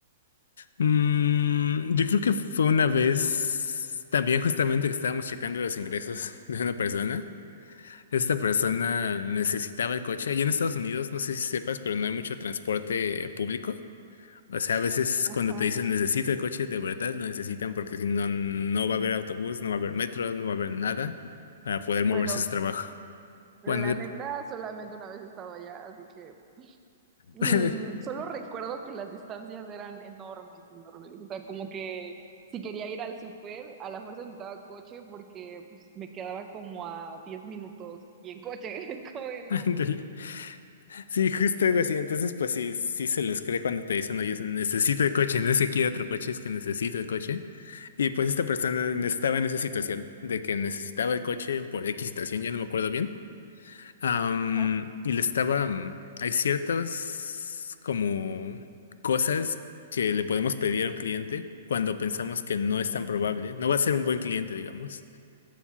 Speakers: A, on the left; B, on the right.
A: mm, yo creo que fue una vez también justamente que estábamos checando los ingresos <laughs> de una persona. Esta persona necesitaba el coche. Allá en Estados Unidos, no sé si sepas, pero no hay mucho transporte público. O sea, a veces
B: Ajá.
A: cuando te dicen necesito el coche, de verdad lo necesitan porque si no, no va a haber autobús, no va a haber metro, no va a haber nada para poder
B: Bueno,
A: moverse a su trabajo.
B: la
A: Cuando
B: neta, solamente una vez he estado allá, así que mm,
A: <laughs>
B: solo recuerdo que las distancias eran enormes, enormes. O sea, como que si quería ir al súper, a la fuerza necesitaba coche porque pues, me quedaba como a 10 minutos y en coche, <laughs> es como de, no.
A: Ándale.
B: pues,
A: Sí, justo algo así. Entonces, pues sí, sí se les cree cuando te dicen, oye, necesito el coche, no es que quiera otro coche, es que necesito el coche. Y pues esta persona estaba en esa situación de que necesitaba el coche por X situación, ya no me acuerdo bien. Am,
B: Ajá,
A: y le estaba, mm, hay ciertas como cosas que le podemos pedir a un cliente cuando pensamos que no es tan probable, no va a ser un buen cliente, digamos.